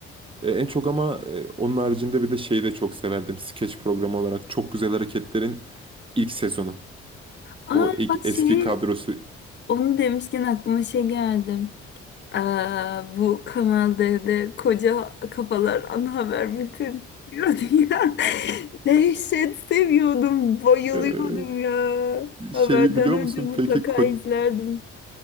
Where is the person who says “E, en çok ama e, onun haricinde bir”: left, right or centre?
Right